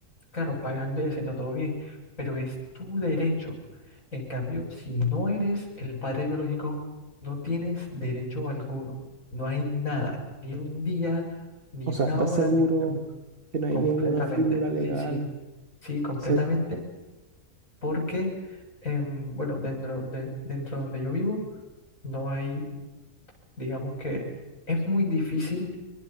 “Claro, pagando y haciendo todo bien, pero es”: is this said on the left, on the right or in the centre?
Left